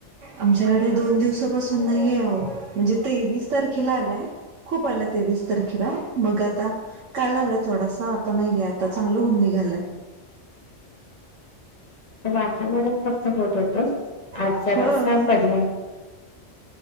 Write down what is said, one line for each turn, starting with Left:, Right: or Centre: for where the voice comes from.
Right: आमच्याकडे दोन दिवसापासून नाहीय ओ म्हणजे तेवीस तारखेला आलाय खूप आलं तेवीस तारखेला मग आता काल आला थोडासा नाहीय आता चांगलं ऊन निघालंय.
Left: वातावरण फक्त होत होत. आज
Right: ह
Left: जरासा पडलाय.